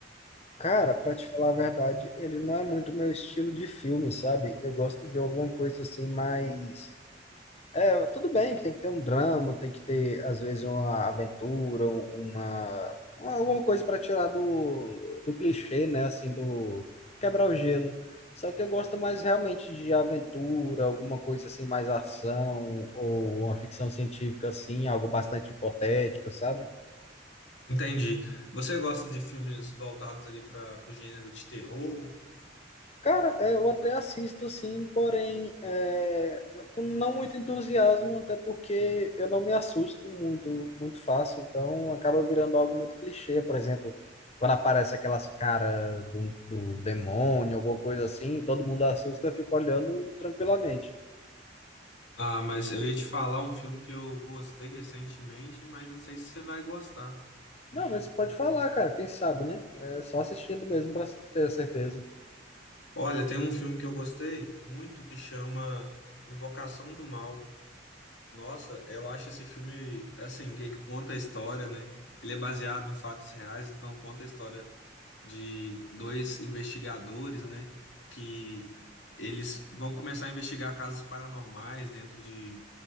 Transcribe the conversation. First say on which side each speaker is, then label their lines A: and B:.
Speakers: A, on the left (about 35°); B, on the left (about 80°).
A: Cara, pra te falar a verdade, ele não é muito meu estilo de filme, sabe? Eu gosto de alguma coisa assim mais É, tudo bem que tem que ter um drama, tem que ter, às vezes, uma aventura, uma, uma- alguma coisa para tirar do, do clichê, né? Assim, do quebrar o gelo. Só que eu gosto mais realmente de aventura, alguma coisa assim, mais ação, ou uma ficção científica, assim, algo bastante hipotético, sabe?
B: Entendi. Você gosta de filmes voltados ali para o gênero de terror?
A: Cara, é, eu até assisto sim, porém é, com não muito entusiasmo, até porque eu não me assusto muito, muito fácil, então acaba virando algo muito clichê. Por exemplo, quando aparece aquelas caras do, do demônio, alguma coisa assim, e todo mundo assusta, fica olhando tranquilamente.
B: Ah, mas eu ia te falar um filme que eu gostei recentemente, mas não sei se você vai gostar.
A: Não, mas pode falar, cara, quem sabe, né? É só assistindo mesmo para ter certeza.
B: Olha, tem um filme que eu gostei muito que chama Invocação do Mal. Nossa, eu acho esse filme, assim, que conta a história, né? Ele é baseado em fatos reais, então conta a história de dois investigadores, né? Que eles vão começar a investigar casos paranormais dentro de,